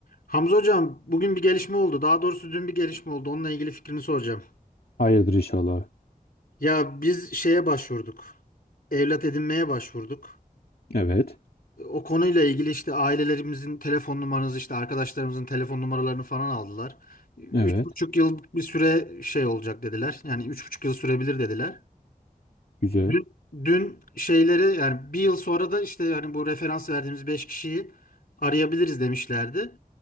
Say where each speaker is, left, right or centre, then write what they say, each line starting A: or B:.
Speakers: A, on the left; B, on the left.
A: Hamza hocam bugün bir gelişme oldu. Daha doğrusu dün bir gelişme oldu. Onunla ilgili fikrini soracağım.
B: Hayırdır inşallah.
A: Ya biz şeye başvurduk. Evlat edinmeye başvurduk.
B: Evet.
A: O konuyla ilgili işte ailelerimizin telefon numaranızı işte arkadaşlarımızın telefon numaralarını falan aldılar. Üç
B: Evet.
A: buçuk yıl bir süre şey olacak dediler. Yani üç buçuk yıl sürebilir dediler.
B: Güzel.
A: Dün, dün şeylere yani bir yıl sonra da işte yani bu referans verdiğimiz beş kişiyi arayabiliriz demişlerdi.